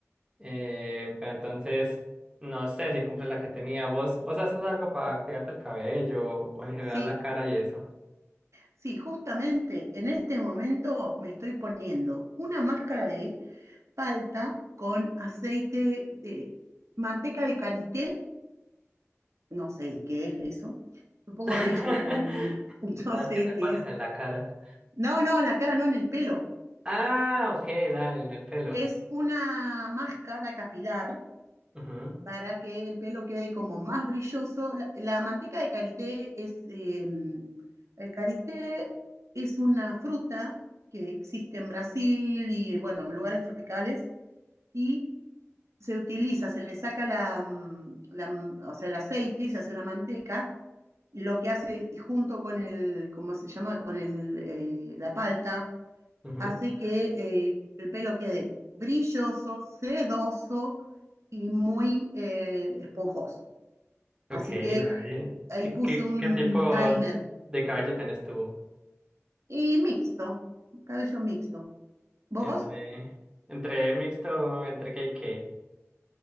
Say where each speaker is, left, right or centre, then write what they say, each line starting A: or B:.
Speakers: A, on the right; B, on the right.
A: Eh, pero entonces, no sé si compré la que tenía. ¿Vos, vos haces algo para cuidarte el cabello o en general
B: Sí,
A: la cara y eso?
B: sí, justamente en este momento me estoy poniendo una máscara de palta con aceite de manteca de karité, no sé qué es eso, supongo
A: <laughs>
B: que es un, un- <laughs>
A: ¿No
B: no
A: ¿Sabes
B: sé
A: qué te
B: qué
A: pones
B: es.
A: en la cara?
B: No, no, en la cara no, en el pelo.
A: Ah, ok, dale, en el pelo.
B: Es una máscara capilar
A: Ujú,
B: para que el pelo quede como más brilloso. La, la manteca de karité es, eh, el karité es una fruta que existe en Brasil y, bueno, en lugares tropicales, y se utiliza, se le saca la, mm, la, mm, o sea, el aceite y se hace una manteca, y lo que hace junto con el, ¿cómo se llama?, con el, eh, la palta
A: ujú.
B: Así que eh, el pelo quede brilloso, sedoso y muy eh, esponjoso. Así
A: Ok,
B: que
A: dale.
B: ahí
A: ¿Qué,
B: puse
A: qué,
B: un
A: qué tipo
B: timer
A: de caballo tenés tú?
B: y mixto, cabello mixto. ¿Vos?
A: ¿Entre, entre mixto, entre qué y qué?